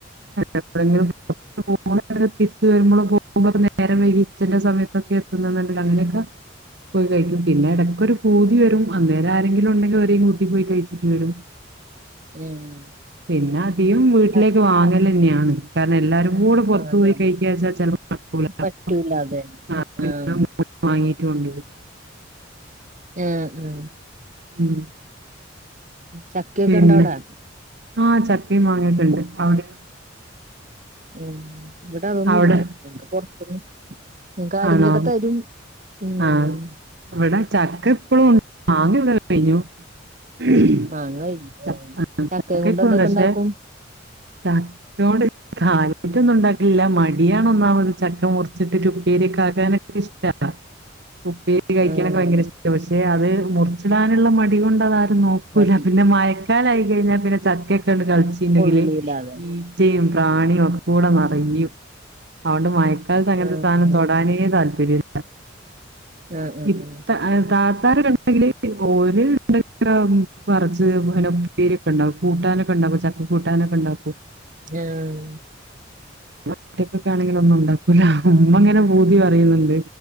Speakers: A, on the right; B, on the right.
A: എപ്പോഴെങ്കിലും പുറത്തു പോകുമ്പോഴോ തിരിച്ചു വരുമ്പോഴോ പോകുമ്പോക്കെ നേരം വൈകി ഉച്ചൻ്റെ സമയത്തൊക്കെ എത്തുന്നത് ഉണ്ടെങ്കിൽ അങ്ങനെ ഒക്കെ പോയി കഴിക്കും, പിന്നെ ഇടയ്ക്ക് ഒരു പൂതിവരും അന്നേരം ആരേലും ഉണ്ടെങ്കിൽ ഓലെയും കൂട്ടി കഴിച്ചിട്ട് വരും.
B: ഉം
A: പിന്നെ അധികം വീട്
B: ആഹ്
A: ക്ക് വാങ്ങൽ ന്നെയാണ് കാരണം എല്ലാവാരും കൂടെ പുറത്തു
B: അതന്നെ
A: പോയി കഴിക്കാ ചെ ചെൽപം നടക്കൂലാ
B: പറ്റൂല
A: <unintelligible>
B: അതന്നെ ആഹ്
A: മാങ്ങി <unintelligible>
B: ആ ആ
A: ഉം
B: ചക്കക്കെ
A: പിന്നെ
B: ഇണ്ടോ അവിടെ
A: ആഹ് ചക്കയും മാങ്ങൊക്കെ ഉണ്ട് അവിടെയോ.
B: ഉം ഇങ്ങട്ട് അതൊന്നുല്ല
A: അവിടെ
B: നിങ്ങക്ക് പൊ <unintelligible> ആരങ്കിലൊക്കെ
A: ആണോ
B: തരും ഉം
A: ആഹ് ഇവിടെ ചക്ക ഇപ്പോളും ഉണ്ട്, മാങ്ങ ഇവിടെ കഴിഞ്ഞു. <unintelligible>
B: മാങ്ങ കഴിഞ്ഞു
A: ചക്ക
B: ആഹ് ചക്കയും
A: കൊണ്ട്
B: എന്തൊക്കെ
A: പക്ഷെ
B: ഇണ്ടാക്കും
A: ചക്കോണ്ട് കാര്യാട്ടൊന്നും ഉണ്ടാക്കില്ല മടിയാണ് ഒന്നാമത് ചക്ക മുറിച്ചിട്ടിും <inaudible> പീലി കാക്കാനെ എനിക്ക് ഇഷ്ടവാ. ഉപ്പിട്ട്കഴിക്കാനൊക്കെ
B: ആഹ്
A: ഭയങ്കര ഇഷ്ടമാണ് പക്ഷെ അത് മുറിച്ചിടാനുള്ള മടികൊണ്ടാണത് നോക്കൂല
B: മടി
A: പിന്നെ മഴക്കാലയി കഴിഞ്ഞൽ പിന്നെ ചക്കേട് കണ്ട് കളിച്ചീണ്ടെങ്കില്
B: കൊള്ളൂല അതന്നെ
A: ഈച്ചെയും പ്രാണിയൊക്കക്കൂട നെറയും അഓണ്ട് മയക് ക്കാലത്തങ്ങനൊരു
B: ആഹ്
A: സാനം തൊടാനേ താൽ പര്യല്ല
B: ആഹ് ആഹ്
A: ഇത്ത ആഹ് താത്താര് രണ്ട് ണ്ടെങ്കില് ഓര് <unintelligible> പറച്ച് അൻ്റ ഉപ്പേരിയൊക്കെ എണ്ടാക്കും കൂട്ടാനൊക്കെ എണ്ടാക്കും ചക്ക കൂട്ടാനൊക്കെണ്ടാക്കും
B: ആഹ്
A: ഒറ്റയ്ക്കൊക്കാണെങ്കിലൊന്നും ഉണ്ടാക്കൂലാ ഉമ്മങ്ങനെ പൂത് തി പറയുന്നുണ്ട്